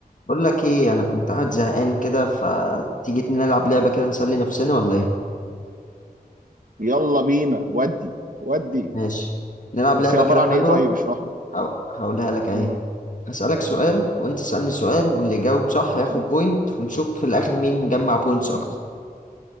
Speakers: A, on the left; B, on the right.
A: بقول لك ايه انا كنت قاعد زهقان كده فتيجي نلعب لعبه كده نسلي نفسنا ولا ايه
B: يلا بينا ودي ودي
A: ماشي نلعب
B: بس
A: لعبه
B: هي عبارة
A: كده
B: عن
A: حلوه
B: ايه طيب اشرح لي
A: هق- هقولها لك اهي
B: مم،
A: هسألك سؤال وانت تسألني سؤال واللي يجاوب صح هياخد
B: مم،
A: بوينت ونشوف في الاخر مين جمع بوينتس
B: مم،
A: اكتر